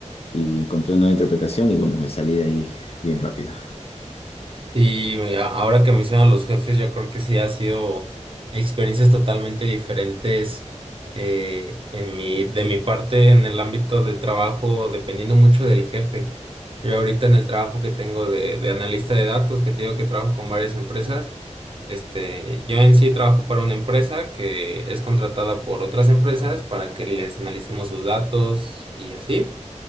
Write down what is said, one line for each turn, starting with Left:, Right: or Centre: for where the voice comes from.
Left: y encontré una nueva interpretación y bueno, me salí de ahí bien rápido.
Right: Sí, a- ahora que mencionan los jefes, yo creo que sí ha sido experiencias totalmente diferentes eh, en mi, de mi parte en el ámbito de trabajo, dependiendo mucho del jefe. Yo ahorita en el trabajo que tengo de, de analista de datos, que te digo que trabajo con varias empresas, este, yo en sí trabajo para una empresa que es contratada por otras empresas para que les analicemos sus datos y así.